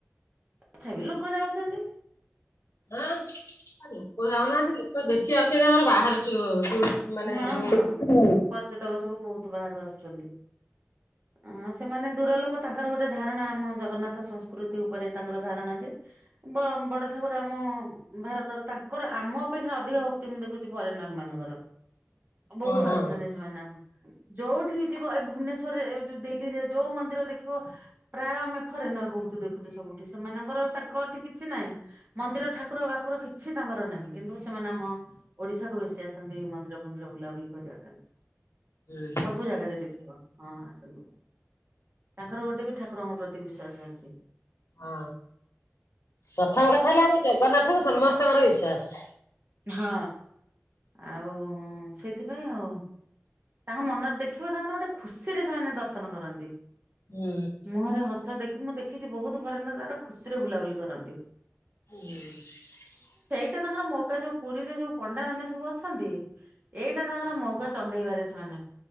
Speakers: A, on the right; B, on the left.
A: ତଥାପି ଲୋକ ଯାଉଛନ୍ତି।
B: ହଁ ଲୋକ ଯାଉନାହାନ୍ତି ଲୋକ ବେଶୀ ଯାଉଛନ୍ତି ଆମର ବାହାରୁୁ ମାନେ
A: ହଁ
B: ଯୋଉ।
A: ହଁ ପର୍ଯ୍ୟଟକ ସବୁ ବହୁତ ବାହାରୁ ଆସୁଛନ୍ତି। ଅଁ ସେମାନେ ଦୂର ଲୋକ ତାଙ୍କର ଗୋଟେ ଧାରଣା ଆମ ଜଗନ୍ନାଥ ସଂସ୍କୃତି ଉପରେ ତାଙ୍କର ଧାରଣା ଯେ ବ ବଡ ଠାକୁର ଆମ ଭାରତର ତାଙ୍କର ଆମ ଅପେକ୍ଷା ଅଧିକ ଭକ୍ତି ମୁଁ ଦେଖୁଛି ଫରେନର ମାନଙ୍କର। ବହୁତ
B: ହଁ
A: ଆସୁଛନ୍ତି ସେମାନେ ଆମ ଯୋଉଠିକି ଯିବ ଏ ଭୁବନେଶ୍ଵରରେ ଦିଲ୍ଲୀରେ ଯୋଉ ମନ୍ଦିର ଦେଖିବ ପ୍ରାୟ ଆମେ ଫରେନର ବହୁତ ଦେଖୁଛୁ ସବୁଠି ସେମାନଙ୍କର ତାଙ୍କ ସେଠି କିଛି ନାଇଁ। ମନ୍ଦିର ଠାକୁର ବାକୁର କିଛି ତାଙ୍କର ନାହିଁ କିନ୍ତୁ ସେମାନେ ଆମ ଓଡିଶାକୁ ବେଶୀ ଆସନ୍ତି ମନ୍ଦ ମନ୍ଦିର ଫନ୍ଦିର ବୁଲାବୁଲି କରିବା ପାଇଁ
B: ହୁଁ
A: ସବୁ ଜାଗାରେ ଦେଖିବ ହଁ ଆସନ୍ତୁ। ତାଙ୍କର ଗୋଟେ ବି ଠାକୁରଙ୍କ ପ୍ରତି ବିଶ୍ଵାସ ଅଛି।
B: ହଁ ପ୍ରଥମ କଥା ହେଲା କି ଜଗନ୍ନାଥଙ୍କୁ ସମସ୍ତଙ୍କର ବିଶ୍ଵାସ।
A: ହଁ ଆଉ ସେଥିପାଇଁ ଆଉ ତାଙ୍କ ମନରେ ଦେଖିବ ତାଙ୍କର ଗୋଟେ ଖୁସି ରେ ସେମାନେ ଦର୍ଶନ କରନ୍ତି।
B: ହୁଁ
A: ମୁହଁରେ ହସ ଦେଖି ମୁଁ ଦେଖିଛି ବହୁତ ଫରେନର ତାଙ୍କର ଖୁସିରେ ବୁଲାବୁଲି କରନ୍ତି।
B: <unintelligible>
A: ତ ତାଙ୍କର ମୌକା ଯୋଉ ପୁରୀରେ ଯୋଉ ପଣ୍ଡା ମାନେ ସବୁ ଅଛନ୍ତି, ଏଇଟା ତାଙ୍କର ମଉକା ଚନ୍ଦେଇବାରେ ସେମାନେ